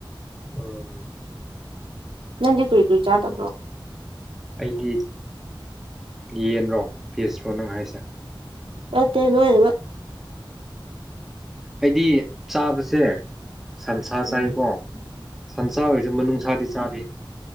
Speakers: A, in the centre; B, on the right.
A: ꯎꯝ
B: ꯅꯪꯗꯤ ꯀꯨꯔꯤ ꯀꯨꯔꯤ ꯆꯥꯗꯕ꯭ꯔꯣ
A: ꯑꯩꯗꯤ ꯌꯦꯟꯔꯣ ꯄꯦꯁ꯭ꯔꯣ ꯅꯪ ꯍꯥꯏꯁꯦ
B: ꯃꯦ ꯅ ꯑꯣꯏꯣꯏ
A: ꯑꯩꯗꯤ ꯆꯥꯕꯁꯦ ꯁꯟꯁꯥ
B: ꯎꯝ
A: ꯆꯥꯏꯀꯣ ꯁꯟꯁꯥ ꯑꯣꯏꯔꯤꯁꯦ ꯃꯅꯨꯡꯅꯨꯡꯁꯥꯗꯤ ꯆꯥꯗ